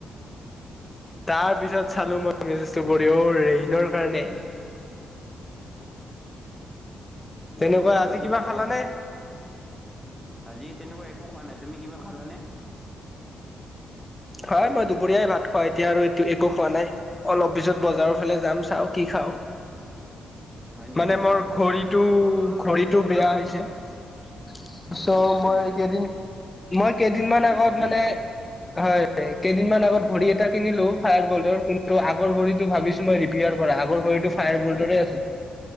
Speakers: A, on the left; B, in the centre.
A: তাৰ পিছত চালো মই মেছেজটো পঢ়ি অ ৰেইনৰ কাৰণে। তেনেকুৱা
B: উম
A: আজি কিবা
B: এই,
A: খালানে
B: আজি তেনেকুৱা একো খোৱা নাই। তুমি কিবা খালানে?
A: হয় মই দুপৰীয়াই ভাত খোৱা এতিয়া আৰু একো খোৱা নাই, অলপ পিছত বজাৰৰ ফালে যাম। চাওঁ কি খাওঁ।
B: হয় নেকি
A: মানে মোৰ
B: অ
A: ঘড়ীটো
B: অ অলপ
A: ঘড়ীটো
B: আ
A: বেয়া হৈছে।
B: অ
A: চ
B: কি হৈছে
A: মই কেইদিন, মই কেইদিন মান
B: অ
A: আগত
B: ঘড়ী
A: মানে হয়, এ কেইদিনমান
B: অ
A: আগত ঘডী এটা কিনিলো, ফায়াৰ বল্ডৰ। কিন্তু আগৰ ঘড়ীতো ভাবিছিলো ৰিপেয়াৰ কৰা আগৰ, ঘড়ীটো
B: ফায়াৰ
A: বল্টৰে আছিল